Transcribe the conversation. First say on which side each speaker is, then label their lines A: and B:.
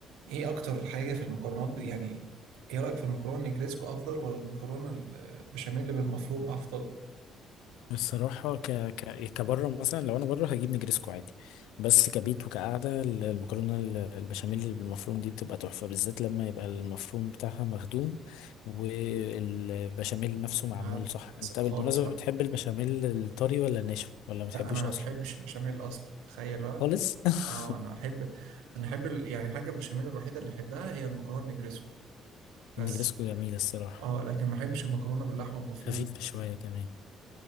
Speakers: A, on the right (about 85°); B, on the left (about 80°).
A: ايه اكتر حاجه في المكرونات ب... يعني ايه رايك في المكرونه النجريسكو افضل ولا المكرونه البشاميل بالمفروم افضل
B: الصراحة ك... ك... كبره مثلا لو انا بره هجيب نجرسكو عادي بس كبيت وكقعدة المكرونة ال- البشاميل اللي بالمفروم دي بتبقى تحفة بالذات لما يبقى المفروم بتاعها مخدوم والبشاميل نفسه معمول
A: آه،
B: صح
A: عكسك
B: انت بالمناسبة
A: خالص بقى
B: بتحب البشاميل الطري ولا الناشف ولا ما بتحبوش
A: لا انا ما
B: اصلا
A: بحبش البشاميل اصلا تخيل بقى
B: خالص <laughs>
A: اه انا احب انا احب ال... يعني الحاجه البشاميل الوحيده اللي احبها هي المكرونه النجريسكو بس
B: النجرسكو جميلة الصراحة
A: اه لكن ما احبش المكرونه باللحمه المفرومه
B: خفيفة شوية كمان